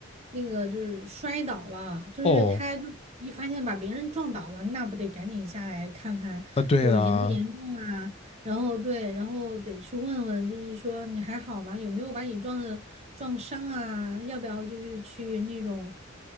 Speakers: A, on the right; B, on the left.
A: 那个就是摔倒了，就是他就一发现把别人撞倒了，
B: 哦，
A: 那不得赶紧下来看看就严不严重啊？
B: 啊，对啦，
A: 然后对，然后得去问问，就是说你还好吗？有没有把你撞的撞伤啊？要不要就是去那种